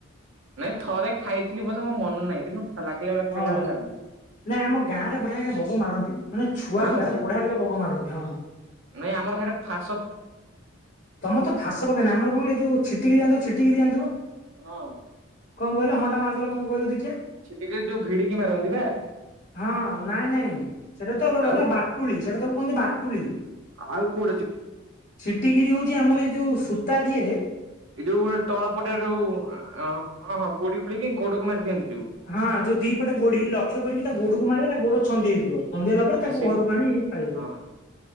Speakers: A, on the right; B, on the left.
A: ନାଇଁ ଥରେ ଖାଇଥିଲି ବୋଧେ ମୋ ମନ ନାହିଁ କିନ୍ତୁ ଲାଗିଲା ବଳିଆ
B: ହଁ
A: ଖାଇଲା ବଳେ ଲାଗୁଛି।
B: ନାଇଁ ଆମ ଗାଁରେ ବଢିଆ ହେକା ବଗ ମାରନ୍ତି ମାନେ ଛୁଆ
A: ମାରନ୍ତି
B: ଗୁଡା ବଢିଆ ହୋ ବଗ ମାରନ୍ତି, ହଁ।
A: ନାଇଁ ଆମର ସେଟା ଫା
B: ତମେ ତ ଫାସ ପକେଇନ ଆମର କଣ କହି ଏ ଯୋଉ ଛିଟିକି ଯିଆଛନ୍ତି ଛିଟିକି ଆନୁଥିବ।
A: ହଁ।
B: କଣ କହିଲ ହଁ ଟା ମାରିଦେଲ କଣ କହିଲୁ ଦେଖିଆ?
A: ଛିଟିକିରେ ଯୋଉ ଭିଡିକି ମାରନ୍ତି ପା।
B: ହଁ ନାଇଁ ନାଇଁ ସେଟା ତ ରହିଲା
A: ଆଉ।
B: ବାଟୁଳି ସେଟା ତ କୁହନ୍ତି ବାଟୁଳି।
A: ଆଉ କୋଉ
B: ଛିଟିିକିରି ହଉଛି ଆମର ଏଇ ଯୋଉ ସୂତା ଦିଏରେ।
A: ଏଇ ଯୋଉ ଗୋଟେ ତଳ ପଟେ ଯୋଉ ହଁ ହଁ ଗୋଡି ଖୋଳିକି ଗୋଡକୁ ମାରି ଦିଅନ୍ତୁ ଯୋଉ।
B: ହଁ ଯୋଉ ଦି ପଟେ ଗୋଡି ଲକ୍ଷ୍ୟ କରିକି ତା ଗୋଡକୁ ମାରିବ ତା ଗୋଡ ଛନ୍ଦି ହେଇଯିବ। ଛନ୍ଦି ହେଲା ପରେ ତାକୁ
A: ତ ହଁ।
B: ଘରକୁ ଆଣି ଖାଇବ।